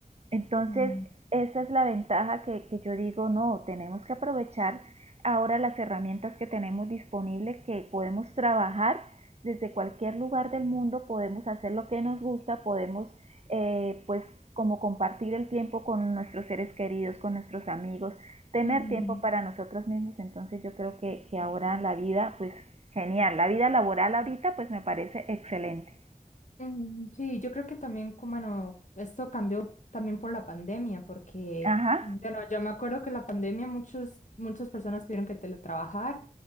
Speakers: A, on the right; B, on the left.
A: Entonces,
B: ujú,
A: esa es la ventaja que, que yo digo, no, tenemos que aprovechar ahora las herramientas que tenemos disponibles, que podemos trabajar desde cualquier lugar del mundo, podemos hacer lo que nos gusta, podemos eh, pues como compartir el tiempo con nuestros seres queridos, con nuestros amigos, tener
B: ujú,
A: tiempo para nosotros mismos, entonces yo creo que, que ahora la vida, pues genial, la vida laboral ahorita pues me parece excelente.
B: ujú. Sí, yo creo que también, como, bueno, esto cambió también por la pandemia, porque,
A: Ajá.
B: bueno, yo me acuerdo que la pandemia muchos, muchas personas tuvieron que teletrabajar